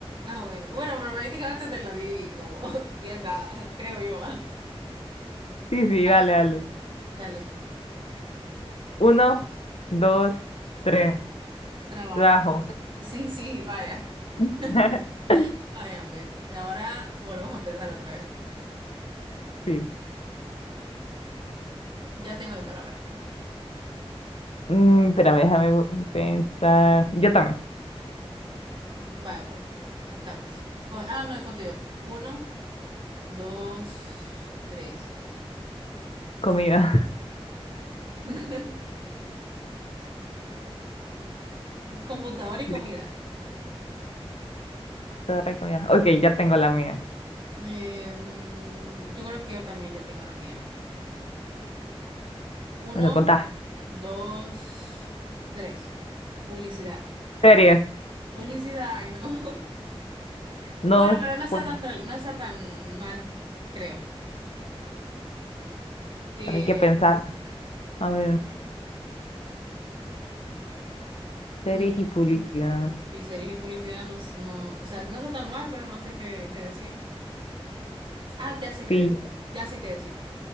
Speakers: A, on the right; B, on the left.
A: Ah, bueno. Bueno, pero prácticamente te la di como <laughs> bien dada, creo yo. ah.
B: Sí, sí,
A: Vaya,
B: dale, dale.
A: pues, dale,
B: Uno, dos, tres.
A: trabajo.
B: Trabajo.
A: Sí, sí, vaya.
B: <laughs>
A: <laughs> Vaya, pues, y ahora volvemos a empezar otra vez.
B: Sí.
A: Ya tengo mi palabra.
B: Mm, espérame, déjame gu- pensar. Yo también.
A: Vaya, bueno, contá pues. O- ah, no, cuento yo. Uno, dos, tres.
B: Comida.
A: Compu- <laughs> No, computador y comida.
B: <laughs> Torre, comida. Ok, ya tengo la mía.
A: Eh, mm, yo creo que yo también ya tengo la mía. Uno,
B: Bueno, contá.
A: dos, tres. Publicidad.
B: Series.
A: Publicidad, ay no. <laughs>
B: No,
A: Bueno, pero no está
B: pues,
A: tan, rel- no está tan mal, creo. Eh,
B: pero hay que pensar. A ver, series
A: mm,
B: y publicidad.
A: mm, sí, series y publicidad no, es- no, o sea, no está tan mal, pero no sé qué, qué decir. Ah, ya sé qué
B: Sí.
A: decir. Ya sé qué decir.